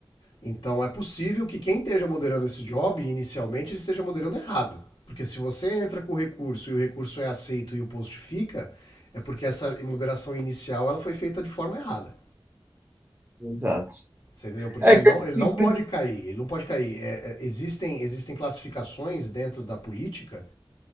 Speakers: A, on the left (about 80°); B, on the right (about 25°).
A: Então, é possível que quem esteja moderando esse job, inicialmente, esteja moderando errado. Porque se você entra com o recurso e o recurso é aceito e o post fica, é porque essa moderação inicial ela foi feita de forma errada.
B: Exato.
A: Você entendeu? Porque
B: É,
A: ele
B: que
A: não, ele
B: assim,
A: não pode cair. Ele não pode cair. É, é, existem, existem classificações dentro da política